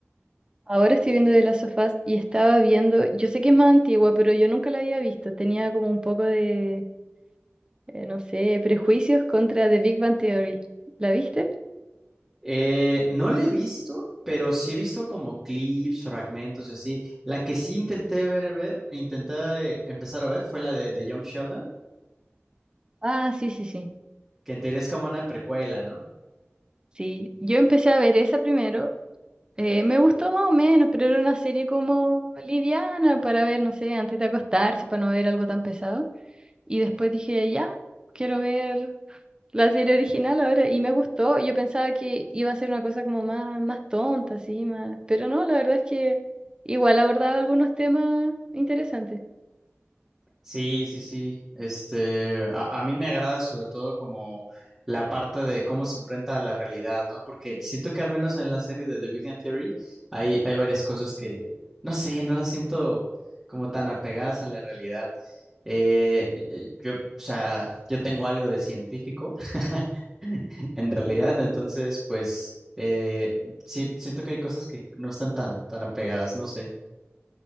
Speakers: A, on the right; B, in the centre.
A: Ahora estoy viendo de las sofás y estaba viendo, yo sé que es más antigua, pero yo nunca la había visto, tenía como un poco de eh, no sé, prejuicios contra The Big Bang Theory. ¿La viste?
B: Eh, no la he visto, pero sí he visto como clips, fragmentos y así. La que sí intenté ver, ver, intenté eh, empezar a ver fue la de, de Young Sheldon,
A: Ah, sí, sí, sí.
B: que en teoría es como una precuela, ¿no?
A: Sí, yo empecé a ver esa primero. eh, me gustó más o menos, pero era una serie como liviana para ver, no sé, antes de acostarse, para no ver algo tan pesado. Y después dije, ya, quiero ver la serie original ahora. Y me gustó. Yo pensaba que iba a ser una cosa como más, más tonta, así, más... Pero no, la verdad es que igual abordaba algunos temas interesantes.
B: Sí, sí, sí. Este, a, a mí me agrada sobre todo como la parte de cómo se enfrenta a la realidad, ¿no? Porque siento que al menos en la serie de The Big Bang Theory hay, hay varias cosas que, no sé, no las siento como tan apegadas a la realidad. Eh, eh, eh, yo, o sea, yo tengo algo de científico, <laughs> en realidad, entonces, pues, eh, sí- siento que hay cosas que no están tan, tan apegadas, no sé.